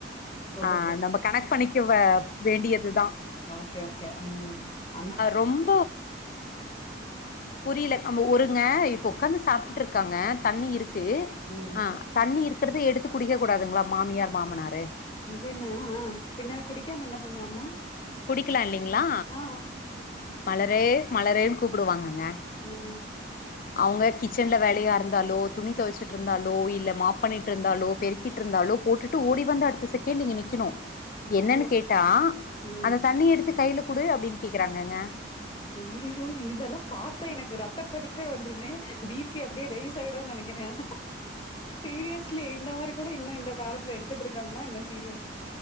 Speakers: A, on the left; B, on the left.
A: கொண்டு
B: ஆஹ்
A: போ
B: நம்ம கனெக்ட் பண்ணிக்கவ வேண்டியதுதான்
A: ஓகே ஓகே உஹம் ஐந்த
B: ரொம்ப புரியல நம ஊருங்க இப்போ உட்காந்து சாப்பிட்டு இருக்காங்க தண்ணி இருக்கு
A: ம்
B: ஆஹ் தண்ணி இருக்கு கிட்டத்த எடுத்து குடிக்கக் கூடாதுங்களா மாமியார் மாமனாரு
A: இது என்னதா பின்னா குடிக்காம என்ன பண்ணுவாங்க
B: குடிக்கலாம் இல்லலைங்களா
A: ஆ
B: மலரே மலரேன்னு கூப்பிடுவாங்கங்க
A: உம்
B: அவங்க கிச்சன்ல வேலையா இருந்தாலோ துணி துவைச்சிட்டு இருந்தாலோ இல்ல மாப் பண்ணிட்டு இருந்தாலோ பெருக்கிட்டு இருந்தாலோ போட்டுட்டு ஓடி வந்த அடுத்த செகண்ட் நீங்க நிக்கணும்
A: ஐயோ
B: என்னன்னு கேட்டா
A: ம்
B: அந்த தண்ணி எடுத்து கையில குடு அப்படின்னு கேக்குறாங்கங்க
A: ஐயய்ஐயோ இதெல்லாம் பார்த்தேன் எனக்கு ரத்த கொதிப்பே வந்துருமே தீப அப்படியே ரைஸ் ஆய்டும் நினைக்கிறேன் சீரியஸ்லி இந்த மாதிரி கூட இன்னும் இந்த காலத்துல எடுத்துட்டு இருக்கங்களா என்ன சீரியல்